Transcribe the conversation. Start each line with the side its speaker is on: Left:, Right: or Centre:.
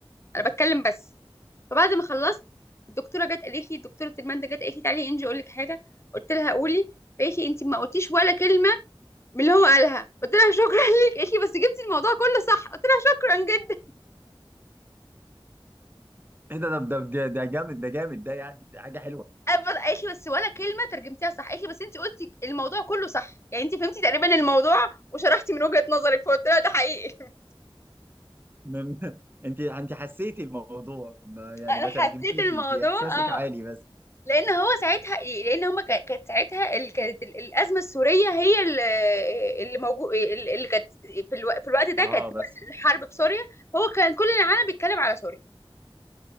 Left: انا بتكلم بس فبعد ما خلصت الدكتوره جت قالت لي دكتوره الماده جت قالت لي تعالي انجي اقول لك حاجه قلت لها قولي قالت لي انت ما قلتيش ولا كلمه من اللي هو قالها قلت لها شكرا ليك قالت لي بس جبتي الموضوع كله صح قلت لها شكرا جدا
Right: ايه ده ده ده ده جامد ده جامد ده يعني دي حاجه حلوه
Left: أب- قالت لي بس ولا كلمه ترجمتيها صح قالت لي بس انت قلتي الموضوع كله صح يعني انت فهمتي تقريبا الموضوع وشرحتي من وجهه نظرك فقلت لها ده حقيقي
Right: من... <laughs> انت انت حسيتي الموضوع ما
Left: <laughs>
Right: يعني
Left: انا
Right: ما
Left: حسيت
Right: ترجمتيش
Left: الموضوع
Right: انت احساسك
Left: اه
Right: عالي بس
Left: لان هو ساعتها ايه لان هما كا- كانت ساعتها ال- كانت ال- الازمه السوريه هي ال- اللي موجود اللي كانت في الو- في الوقت ده
Right: اه
Left: كانت
Right: بس
Left: الحرب في سوريا هو كان كل العالم بيتكلم على سوريا